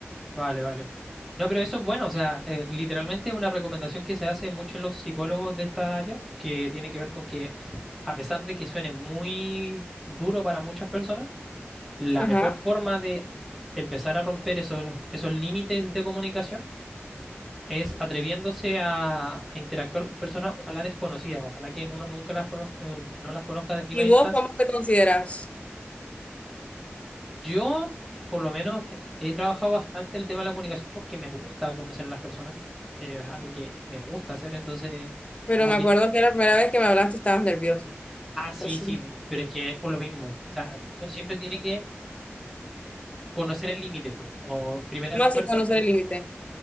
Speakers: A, in the centre; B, on the left.
A: Vale, vale. No, pero eso es bueno, o sea, eh, literalmente es una recomendación que se hace mucho en los psicólogos de esta área, que tiene que ver con que a pesar de que suene muy duro para muchas personas, la
B: Ajá.
A: mejor forma de empezar a romper esos, esos límites de comunicación es atreviéndose a, a interactuar con personas, ojalá desconocidas, ojalá que uno nunca las conoz- eh, no las conozca de primera
B: ¿Y
A: instancia
B: vos cómo te consideras?
A: Yo, por lo menos, he trabajado bastante el tema de la comunicación porque me gusta conocer a las personas. Eh, es algo que me gusta hacer, entonces,
B: Pero
A: como
B: me
A: que,
B: acuerdo que la primera vez que me hablaste estabas nerviosa.
A: ah, sí,
B: Así.
A: sí, pero es que es por lo mismo. O sea, uno siempre tiene que conocer el límite. pues, Como primera
B: Más
A: conversa,
B: sin conocer el límite.